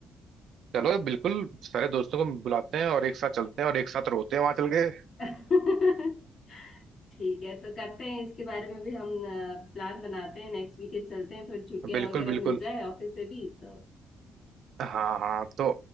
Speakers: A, on the right; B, on the left.
A: चलो बिल्कुल सारे दोस्तों को बुलाते हैं और एक साथ चलते हैं और एक साथ रोते हैं वहां चल के
B: <laughs> ठीक है तो करते हैं इसके बारे में भी हम प्लान बनाते हैं नेक्स्ट वीकेंड चलते हैं थोड़ी छुट्टियां
A: <laughs> बिल्कुल
B: वगैरह
A: बिल्कुल
B: मिल जाए ऑफिस से भी तो
A: हाँ हाँ तो